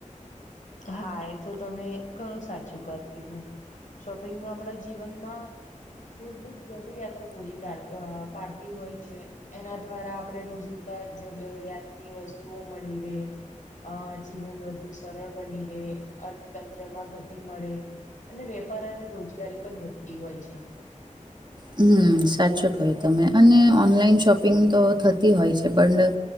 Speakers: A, on the left; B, on the right.
A: હા એતો તમે ઘણું સાચું વાત કીધું. શોપિંગ નું આપડા જીવનમાં મૂળભૂત જરૂરિયાતો પૂરી કાઢ પાડતી હોય છે એના દ્વારા આપણેે રોજિંદા જરૂરિયાતની વસ્તુઓ મળી રહે અ જીવન વધુ સરળ બની રહે અર્થતંત્રમાં ગતિ મળે અને વેપાર અને રોજગારી પણ વધતી હોય છે.
B: હમ્મ, સાચું ક્યું તમે અને ઓનલાઈન શોપિંગ તો થતી હોય છે પણ